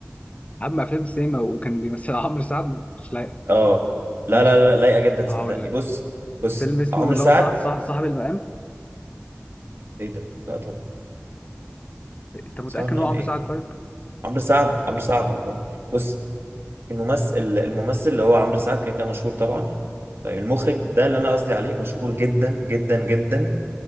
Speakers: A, on the left; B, on the right.
A: عم افلام السينما وكان بيمثل <laughs> عمرو سعد مش لايق
B: أه لا
A: ماشي
B: لا لا لايقة جدا صدقني
A: هقول لك
B: بص بص
A: فيلم اسمه
B: عمرو
A: لو
B: سعد
A: صح صح صاحب المقام
B: إيه ده؟ لا طبعا
A: انت متاكد
B: سعد من
A: ان هو
B: أهم
A: عمرو
B: إيه؟
A: سعد طيب
B: عمرو سعد عمرو سعد والله بص الممثل الممثل اللي هو عمرو سعد كده كده مشهور طبعا طيب المخرج ده اللي انا قصدي عليه مشهور جدا جدا جدا